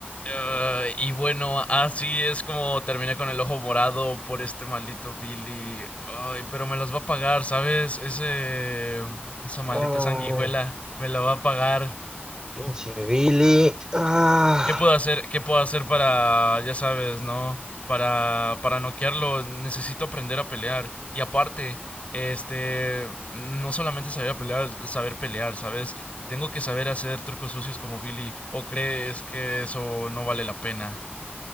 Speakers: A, on the left; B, on the right.
A: Uh, y bueno, así es como terminé con el ojo morado por este maldito Billy. Ay, pero me las va a pagar, ¿sabes? Ese, esa maldita
B: Ay,
A: sanguijuela me la va a pagar.
B: pinche Billy. Ah,
A: ¿Qué puedo hacer? ¿Qué puedo hacer para, ya sabes, no? Para, para noquearlo, necesito aprender a pelear. Y aparte, este, no solamente saber a pelear, saber pelear, ¿sabes? Tengo que saber hacer trucos sucios como Billy. ¿O crees que eso no vale la pena?